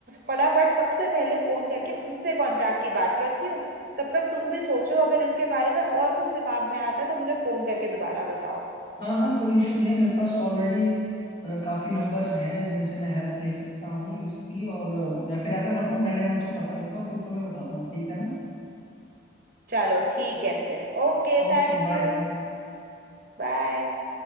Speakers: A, on the right; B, on the left.
A: फटाफट सबसे पहले फोन करके उनसे कॉन्ट्रैक्ट की बात करती हूँ तब तक तुम भी सोचो अगर इसके बारे में और कुछ दिमाग में आता है तो मुझे फोन करके दोबारा बताओ
B: हाँ हाँ कोई इशू नहीं है मेरे पास ऑलरेडी काफी नंबर्स हैं जिनसे मैं हेल्प ले सकता हूँ इसकी और अ, मैं फिर ऐसा करता हूँ पहले मैं उनसे पता करता हूँ फिर तुम्हें बताता हूँ ठीक है ना
A: चलो ठीक है फिर ओके
B: Okay
A: थैंक
B: bye
A: यू बाय